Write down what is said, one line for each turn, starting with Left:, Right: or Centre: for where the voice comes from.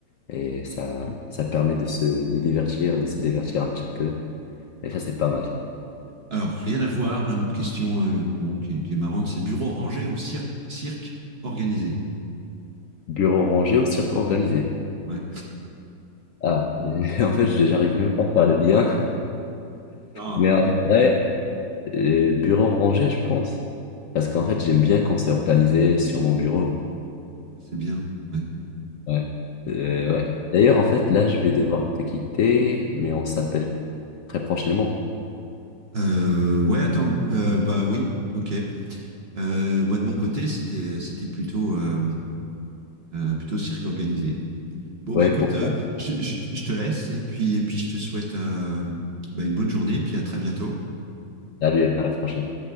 Left: et ça ça permet de se de divertir, de se divertir un petit peu et ça c'est pas mal.
Right: Alors, rien à voir, une autre question euh, bon, qui, est- qui est marrante, c'est bureau rangé ou cirque, cirque organisé?
Left: Bureau rangé ou cirque organisé?
Right: Ouais.
Left: Ah, <laughs> en fait, j'arrive même pas à faire le lien,
Right: Ah,
Left: mais en
Right: ouais,
Left: vrai, euh, bureau rangé, je pense. Parce qu'en fait, j'aime bien quand c'est organisé sur mon bureau.
Right: c'est bien. Ouais.
Left: Ouais. Euh, ouais. D'ailleurs, en fait, là, je vais devoir te quitter, mais on s'appelle très prochainement.
Right: Euh, ouais, attends, euh, bah oui, ok. Euh, moi de mon côté, c'était c'était plutôt euh, euh, plutôt cirque organisé. Bon,
Left: Ouais,
Right: bah écoute,
Left: pourquoi?
Right: euh, je, je- je te laisse et puis, et puis je te souhaite euh, bah, une bonne journée et puis à très bientôt.
Left: Salut, à la prochaine.